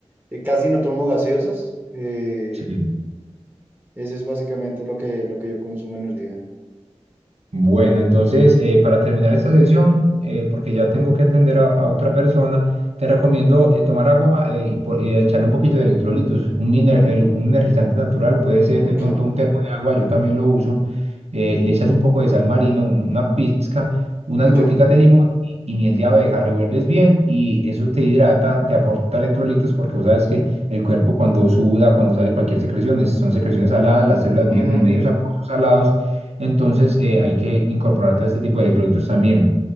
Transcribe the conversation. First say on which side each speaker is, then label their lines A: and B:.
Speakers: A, on the right; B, on the right.
A: eh, casi no tomo gaseosas. eh,
B: Sí.
A: eso es básicamente lo que, lo que yo consumo en el día.
B: Bueno, entonces, eh, para terminar esta sesión, eh, porque ya tengo que atender a, a otra persona, te recomiendo eh, tomar agua eh, y, por- y echarle un poquito de electrolitos. Un, ener- el- un energizante natural puede ser
A: Ok,
B: de pronto un termo de agua, yo también lo uso. eh, le echas un poco de sal marina, un- una pizca, unas
A: ok.
B: goticas de limón y, y miel de abeja, revuelves bien y eso te hidrata, te aporta electrolitos, porque vos sabes que el cuerpo cuando suda, cuando sale cualquier secreción, es- son secreciones saladas, las células
A: ujú,
B: viven en medios acuosos salados entonces, eh, hay que incorporar todo este tipo de electrolitos también.